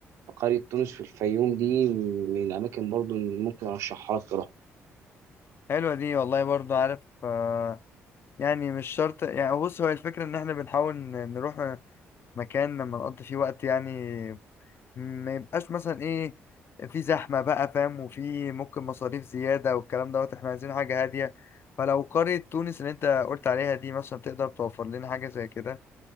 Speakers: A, on the right (about 80°); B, on the left (about 50°).
A: فقرية تونس في الفيوم دي من الأماكن برضو اللي ممكن أرشحها لك تروح
B: حلوة دي والله برضو عارف آه، يعني مش شرط يعني بص هو الفكرة ان احنا بنحاول ن- نروح مكان لما نقضي فيه وقت يعني ما يبقاش مثلا ايه في زحمة بقى فاهم وفي ممكن مصاريف زيادة والكلام دوت احنا عايزين حاجة هادية فلو قرية تونس اللي انت قلت عليها دي مثلا تقدر توفر لنا حاجة زي كده